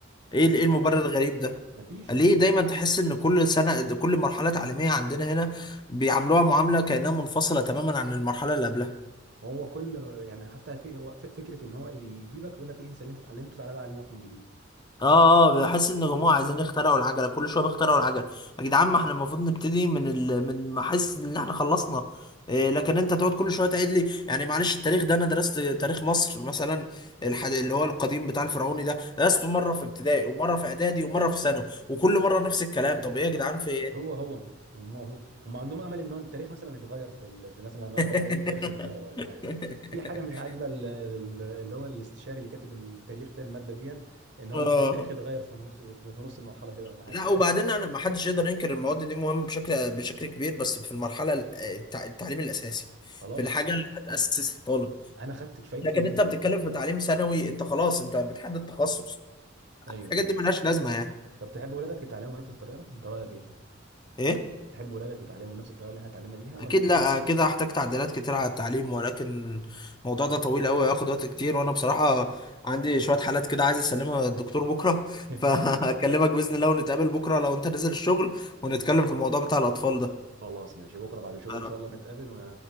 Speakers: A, on the left (about 20°); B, on the right (about 60°).
A: ايه
B: اكيد
A: ال- ايه المبرر
B: طبعا
A: الغريب ده
B: مفيش
A: ليه
B: مفيش
A: دايما تحس ان كل سنه كل مرحله تعليميه عندنا هنا بيعاملوها معامله كانها منفصله تماما عن المرحله اللي قبلها
B: هو كل يعني حتى في... هو ف- فكره ان هو بيجيبك يقول لك إيه، انسى اللي انت اتعلمته تعالى بقى اعلمك من جديد
A: اه
B: مفيش
A: اه بحس ان جماعه عايزين يخترعوا العجله كل شويه بيخترعوا العجله يا جدعان ما احنا المفروض نبتدي من ال... من ما احس ان احنا خلصنا إيه لكن انت تقعد كل شويه تعيد لي يعني معلش التاريخ ده انا درست تاريخ مصر مثلا الحد... اللي هو القديم بتاع الفرعوني ده درسته مره في ابتدائي ومره في اعدادي ومره في ثانوي وكل مره نفس الكلام طب ايه يا جدعان في ايه
B: هو هو هم هم هم عندهم امل ان هو التاريخ مثلا يتغير في ال... في مثلا لما
A: <laughs>
B: ادخل اعدادي التاريخ يتغير ولا حاجه في حاجه مش عاجبه ال- ال- اللي هو الاستشاري اللي كاتب التاريخ ده الماده دي ان هو
A: اه
B: ممكن التاريخ يتغير في نص في في نص المرحله كده ولا حاجه
A: لا وبعدين انا ما حدش يقدر ينكر المواد دي مهمه بشكل بشكل كبير بس في المرحله ال- التع- التعليم الاساسي
B: <laughs> خلاص
A: في الحاجه اللي هتاسس الطالب
B: انا خدت كفايتي
A: لكن
B: منها
A: انت بتتكلم في تعليم ثانوي انت خلاص انت بتحدد تخصص
B: ايوه
A: الحاجات
B: ايوه
A: دي ملهاش لازمه يعني
B: طب تحب ولادك يتعلموا بنفس الطريقه انت رايك ايه
A: ايه
B: تحب ولادك يتعلموا بنفس الطريقه اللي احنا اتعلمنا بيها ولا
A: اكيد لا كده هحتاج تعديلات كتير على التعليم ولكن الموضوع ده طويل قوي هياخد وقت كتير وانا بصراحه عندي شويه حالات كده عايز اسلمها للدكتور بكره <laughs>
B: <laughs>
A: فهكلمك باذن الله ونتقابل بكره لو انت نزل الشغل ونتكلم في الموضوع بتاع الاطفال ده
B: خلاص ماشي بكره بعد الشغل
A: آه،
B: ان شاء الله نتقابل و...